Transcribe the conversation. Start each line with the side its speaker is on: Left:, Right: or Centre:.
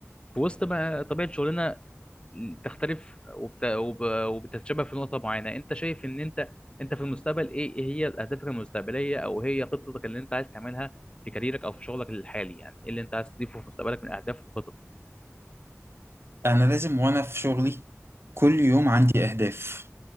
Left: في وسط ما طبيعه شغلنا تختلف وبت- وب- وبتتشابه في نقطه معينه انت شايف ان انت انت في المستقبل ايه إيه هي اهدافك المستقبليه او هي خطتك اللي انت عايز تعملها في كاريرك او في شغلك الحالي يعني ايه اللي انت عايز تضيفه في مستقبلك من اهداف وخطط
Right: انا لازم وانا في شغلي كل يوم عندي اهداف